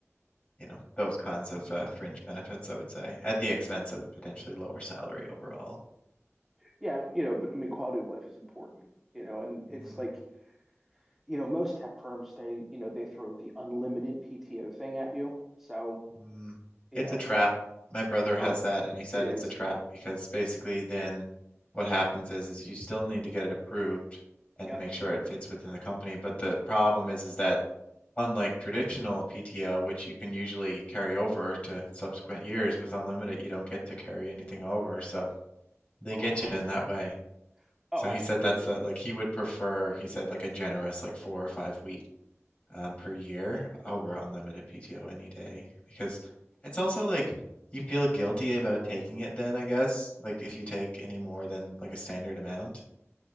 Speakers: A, on the left; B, in the centre.
A: you know, those kinds of uh, fringe benefits, I would say, at the expense of potentially lower salary overall.
B: Yeah, you know, but I mean, quality of life is important, you know, and it's
A: Mhm.
B: like, you know, most tech firms they, you know, they throw the unlimited PTO thing at you. So,
A: mm
B: you
A: It's
B: know,
A: a trap. My brother has
B: oh,
A: that, and he said
B: it is.
A: it's a trap because basically then what happens is is you still need to get it approved and
B: Yep.
A: to make sure it fits within the company. But the problem is is that Unlike traditional PTO, which you can usually carry over to subsequent years, with unlimited, you don't get to carry anything over. So they
B: Uh-huh.
A: get you in that way.
B: Oh,
A: So
B: absolutely.
A: he said that's uh like he would prefer, he said like a generous like four or five week um, per year over unlimited PTO any day because it's also like you feel guilty about taking it then, I guess, like if you take any more than like a standard amount.